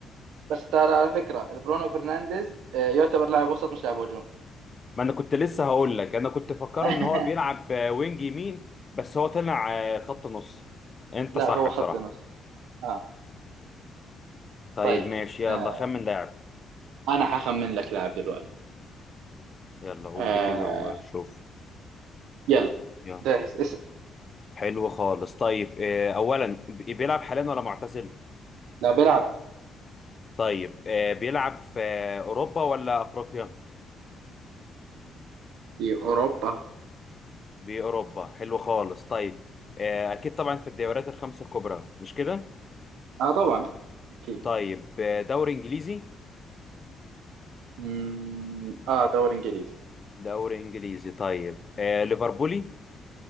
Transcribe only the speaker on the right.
بس ترى على فكرة برونو فرنانديز آه، يعتبر لاعب وسط مش لاعب هجوم
<laughs>
لا
هو
خط نص اه
طيب
آه.
انا حخمن لك لاعب دلوقتي
آه.
يلا
جاهز اسأل
لا بيلعب
في اوروبا
اه طبعا اكيد
مم. اه دوري انجليزي